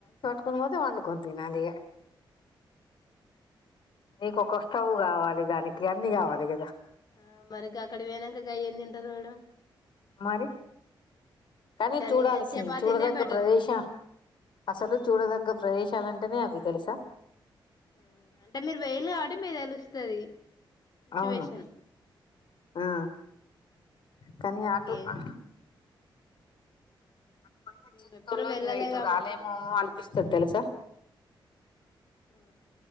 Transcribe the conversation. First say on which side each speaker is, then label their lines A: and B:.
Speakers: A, on the left; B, on the left.
A: కొని పోతే వండుకొనితినాలిగా నీకొక వస్తువు కావాలి దానికి అన్ని కావాలి కదా
B: ఆ మరి గక్కడ పోయనాంక గయ్యేందు తింటారు మేడం
A: మరి కానీ
B: దాన్ని
A: చూడాల్సింది
B: ఇంకా చపాతీనే
A: చూడదగ్గ
B: బెటరు
A: ప్రదేశ అసలు చూడదగ్గ ప్రదేశ లంటేనే అవి తెలుసా
B: ఆ అంటే మీరు వోయిళ్ళు కాబట్టి మీక్ తెలుస్తది సిచువేషన్
A: అవును ఆ కానీ
B: మనకేం
A: అటు అ అటుపొయిన
B: మేము
A: జీవితంలో
B: ఎప్పుడు వెళ్ళలే
A: ఇగ ఇటు
B: కాబట్టి
A: రాలేమో అనిపిస్తది తెలుసా
B: ఆ